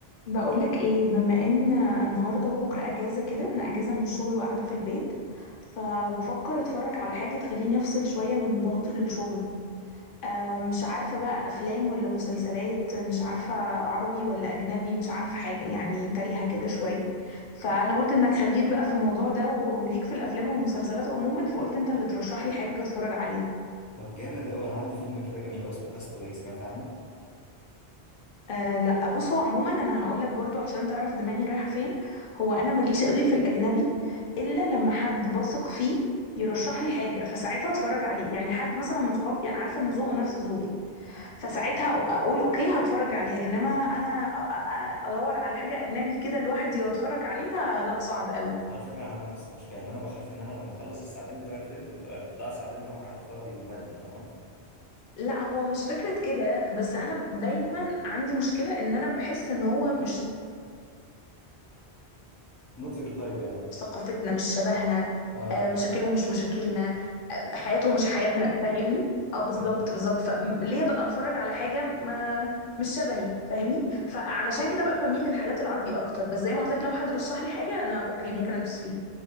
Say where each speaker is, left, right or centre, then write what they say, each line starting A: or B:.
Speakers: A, on the left; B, on the left.
A: بقولك ايه بما ان النهارده وبكره اجازه كده انا اجازه من الشغل وقاعده في البيت فبفكر اتفرج على حاجه تخليني افصل شويه من ضغط الشغل آه مش عارفه بقى افلام ولا مسلسلات مش عارفه عربي ولا اجنبي مش عارفه حاجه يعني تايهه كده شويه فانا قلت انك خبير بقى في الموضوع ده و- وليك في الافلام والمسلسلات عموما فقلت انت اللي ترشح لي حاجه اتفرج عليها
B: طب جامد قوي انا عندي فيلم كده جميل قوي اسمه كاستاوي سمعت عنه
A: آه لا بص هو عموما انا هقول لك برضو عشان تعرف دماغي رايحه فين هو انا ماليش قوي في الاجنبي الا لما حد بثق فيه يرشح لي حاجه فساعتها اتفرج عليه يعني حد مثلا من صحابي انا عارفه ان ذوقه نفس ذوقي فساعتها أو- اقول اوكي هتفرج عليها انما انا أ- أ- ادور على حاجه اجنبي كده لوحدي واتفرج عليها لا صعب قوي
B: على فكره عندي نفس المشكله ان انا بخاف ان انا لما اخلص الساعتين بتوع الفيلم يبقى ضاع ساعتين من عمري على الفاضي وملل فاهمه
A: لا هو مش فكرة كده بس أنا دايما عندي مشكلة إن أنا بحس إن هو مش
B: نوت يور تايب يعني
A: ثقافتنا مش شبهنا
B: اه
A: آه، مشاكلهم مش مشاكلنا آه، حياتهم مش حياتنا فاهمني اه بالظبط
B: أيوة.
A: بالظبط فليه بقى اتفرج على حاجه ما مش شبهي فاهمني فعلشان كده بقى بميل للحاجات العربي اكتر بس زي ما قلت لك لو حد رشح لي حاجه انا اوكي ممكن ادوس فيها